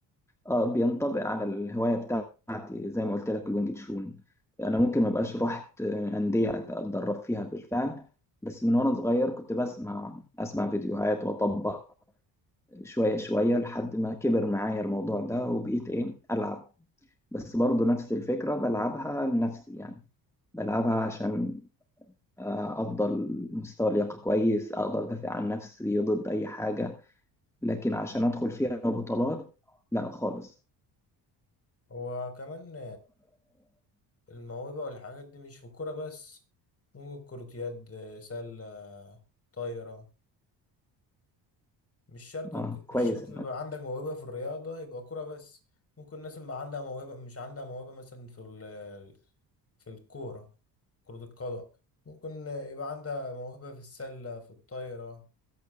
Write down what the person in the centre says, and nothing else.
اه بينطبق على الهوايه بتاعتي زي ما قلت لك الوينج تشون انا ممكن ما بقاش رحت آه، انديه اتدرب فيها بالفعل بس من وانا صغير كنت بسمع اسمع فيديوهات واطبق شويه شويه لحد ما كبر معايا الموضوع ده وبقيت ايه العب بس برضه نفس الفكره بلعبها لنفسي يعني بلعبها عشان آه، افضل مستوى لياقه كويس اقدر ادافع عن نفسي ضد اي حاجه لكن عشان ادخل فيها بطولات لا خالص
اه
كويس